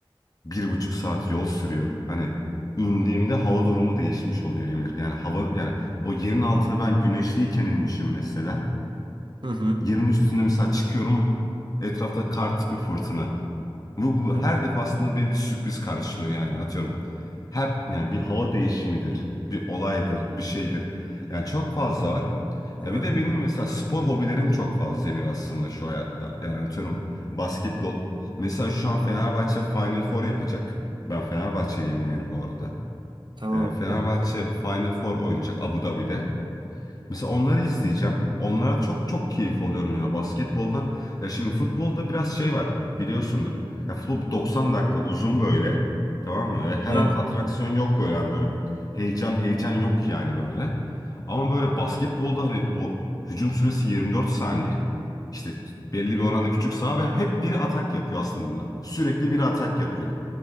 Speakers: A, on the left (about 40°); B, on the right (about 55°).
A: Bir buçuk saat yol sürüyor. Hani indiğimde hava durumu değişmiş oluyor Emir. Yani hava yani o yerin altına ben güneşliyken inmişim mesela.
B: Hı hı.
A: Yerin üstüne mesela çıkıyorum etrafta kar tipi fırtına. Bu, bu her
B: Evet.
A: defasında beni bir sürpriz karşılıyor yani atıyorum. Hep yani bir hava değişimidir, bir olaydır, bir şeydir. Yani çok fazla var.
B: Ha,
A: Ya bir de
B: ha.
A: benim mesela spor hobilerim çok fazla Emir aslında şu hayatta. Yani atıyorum basketbol. Mesela şu an Fenerbahçe Final Four yapacak. Ben Fenerbahçeliyim Emir bu arada.
B: Tamam
A: Ee, Fenerbahçe
B: abi.
A: Final Four oynayacak Abu Dhabi'de. Mesela onları izleyeceğim. Onlara çok çok keyif alıyorum yani basketboldan. Ya şimdi futbolda biraz şey var biliyorsundur. Ya futbol 90 dakika uzun böyle. Tamam mı? Ve her
B: Evet
A: an atraksiyon
B: abi.
A: yok böyle yani böyle heyecan heyecan yok yani böyle. Ama böyle basketbolda hani o hücum süresi 24 saniye. İşte belli bir oranda küçük saha ve hep biri atak yapıyor aslında. Sürekli biri atak yapıyor.